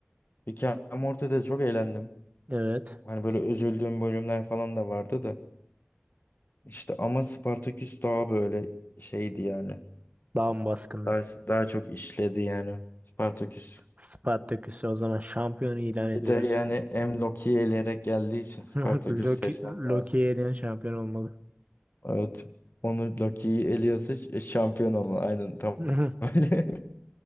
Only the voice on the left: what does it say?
Rick and Morty'de çok eğlendim.
Hani böyle üzüldüğüm bölümler falan da vardı da. İşte ama Spartaküs daha böyle şeydi yani.
Daha, daha çok işledi yani. Spartaküs.
Bir
de yani hem Loki'yi eleyerek geldiği için Spartaküs
seçmem
lazım.
Evet. Onu Loki'yi eliyorsa ş- şampiyon olma. Aynen tam
öyle.